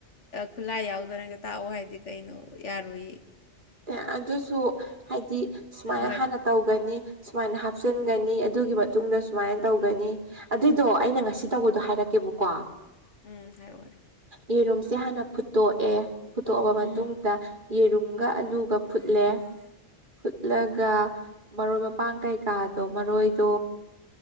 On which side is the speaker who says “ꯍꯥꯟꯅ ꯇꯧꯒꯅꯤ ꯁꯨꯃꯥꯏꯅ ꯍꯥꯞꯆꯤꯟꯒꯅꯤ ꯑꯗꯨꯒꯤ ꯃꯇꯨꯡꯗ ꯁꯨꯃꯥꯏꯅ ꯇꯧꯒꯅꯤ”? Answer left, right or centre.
Right